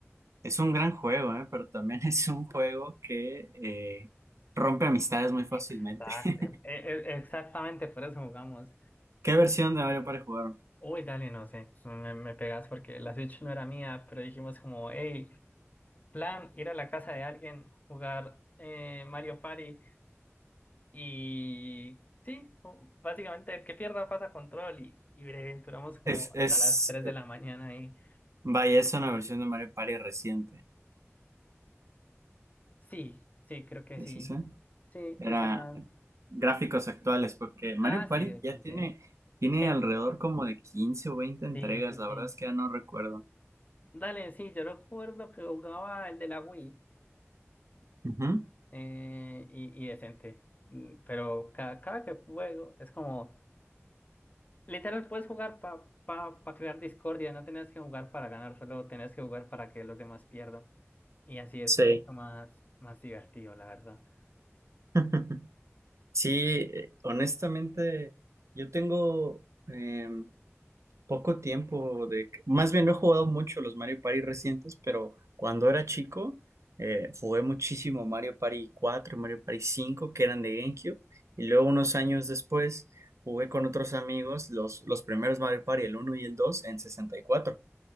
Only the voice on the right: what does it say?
Es un gran juego, ¿eh? Pero también <laughs> es un juego que eh, rompe amistades muy fácilmente.
<laughs>
¿Qué versión de Mario Party jugaron?
Es,
es,
eh,
vaya, es una versión de Mario Party reciente.
Sí,
sí, sí.
Era
gráficos actuales, porque Mario
Party
ya tiene,
tiene
alrededor como de 15 o 20 entregas,
la
verdad es que ya no recuerdo.
Ujú.
Sí.
<laughs> Sí, eh, honestamente, yo tengo em, poco tiempo de... que- Más bien, no he jugado mucho los Mario Party recientes, pero cuando era chico eh, jugué muchísimo Mario Party 4, Mario Party 5, que eran de GameCube, y luego unos años después jugué con otros amigos los, los primeros Mario Party, el uno y el 2 en 64.